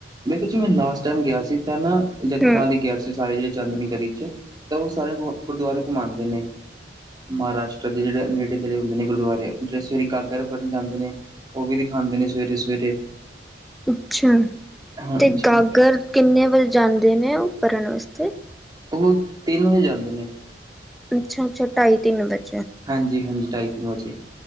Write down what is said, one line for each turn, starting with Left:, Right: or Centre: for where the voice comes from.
Right: ਦੇਖੋ ਜੀ ਮੈਂ ਲਾਸਟ ਟਾਈਮ ਗਿਆ ਸੀ ਤਾਂ ਨਾ ਜਥੇ
Centre: ਹੂੰ-ਹੂੰ
Right: ਨਾਲ ਹੀ ਗਿਆ ਸੀ ਸਾਰੇ ਜਿਹੜੇ ਚੰਦ ਨ ਕਦੀ ਅੱਛਾ ਤਾਂ ਉਹ ਸਾਰੇ ਗੁਰਦੁਆਰੇ ਘੁੰਮਾਉਣ <unintelligible> ਮਹਾਰਾਸ਼ਟਰ ਦੇ ਜਿਹੜੇ ਨੇੇ ਨੇੜੇ ਦੇ ਗੁਰਦੁਆਰੇ ਜਿਹੜੇ ਸਵੇਰੇ ਗਾਗਰ ਭਰ ਜਾਂਦੇ ਨੇ ਉਹ ਵੀ ਦਿਖਾਉਦੇ ਨੇ ਸਵੇਰੇ ਸਵੇਰੇ
Centre: ਅੱਛਾ
Right: ਹਾਂਜੀ
Centre: ਤੇ ਗਾਗਰ ਕਿੰਨੇ ਵਜੇ ਜਾਂਦੇ ਨੇ ਉਹ ਭਰਨ ਵਾਸਤੇ <unintelligible>
Right: ਉਹ ਤਿੰਨ ਵਜੇ ਜਾਂਦੇ ਨੇ
Centre: ਅੱਛਾ ਅੱਛਾ ਢਾਈ ਤਿੰਨ ਵਜੇ
Right: ਹਾਂਜੀ ਹਾਂਜੀ ਢਾਈ ਤਿੰਨ ਵਜੇ